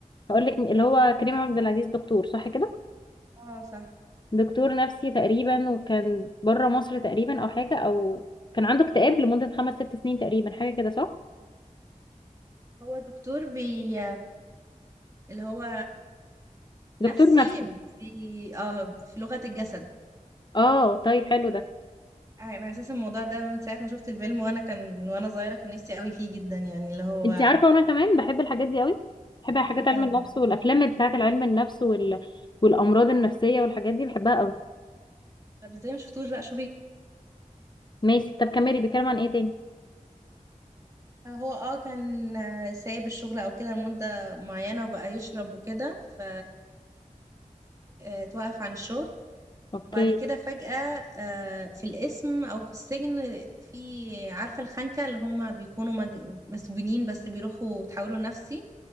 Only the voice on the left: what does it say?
هقول لك اللي هو كريم عبد العزيز دكتور صح كده
دكتور نفسي تقريبا وكان بره مصر تقريبا او حاجه او كان عنده اكتئاب لمده خمس ست سنين تقريبا حاجه كده صح
دكتور
نفسي
اه طيب حلو ده
انت عارفه وانا كمان بحب الحاجات دي قوي بحب حاجات
علم النفس والافلام بتاعه العلم النفس وال... والامراض النفسيه والحاجات دي بحبها قوي
ماشي طب كملي بيتكلم عن ايه تاني
اوكي